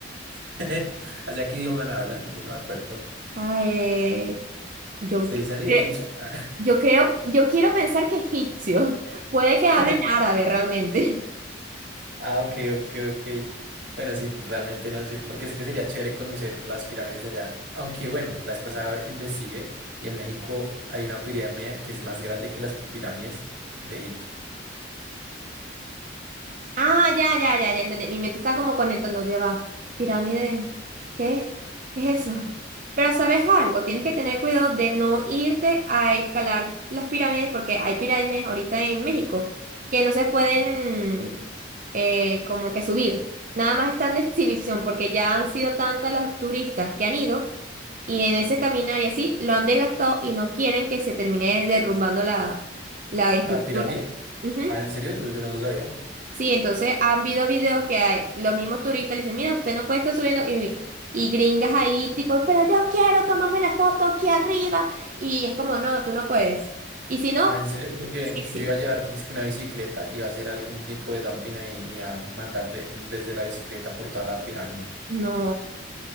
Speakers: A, on the right; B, on the right.
A: <laughs> ¿Allá qué idioma hablan? Yo no me acuerdo.
B: Ah, eh, yo,
A: ¿Se
B: qui-
A: dice así,
B: cre-
A: egipcio? Ah,
B: yo creo, yo quiero pensar que egipcio. <laughs> Puede
A: <laughs>
B: que hablen árabe realmente.
A: Ah, ok, ok, ok. Bueno, sí, realmente no sé, porque es que sería chévere conocer las pirámides de allá. Aunque bueno, la vez pasada investigué y en México hay una pirámide que es más grande que las pirámides de Egipto.
B: Ah, ya, ya, ya, ya entendí. Mi mente está como conectando, lleva pirámides. ¿Qué? ¿Qué es eso? Pero sabes algo, tienes que tener cuidado de no irte a escalar las pirámides porque hay pirámides ahorita en México que no se pueden eh, como que subir. Nada más están de exhibición porque ya han sido tantas las turistas que han ido y en ese caminar y así lo han desgastado y no quieren que se termine derrumbando la, la estructura.
A: ¿La pirámide?
B: Ujú.
A: Ah, ¿en serio? Eso yo no lo sabía.
B: Sí, entonces han habido videos que hay, los mismos turistas le dicen, mira, usted no puede estar subiendo y, y gringas ahí tipo, pero yo quiero tomarme la foto aquí arriba. Y es como, no, tú no puedes. Y si no,
A: Ah, ¿en serio? Porque
B: sí, sí.
A: yo iba a llevar, dizque una bicicleta, iba a hacer algún tipo de dumping ahí y me iba a mandar de- desde la bicicleta por toda la pirámide.
B: No,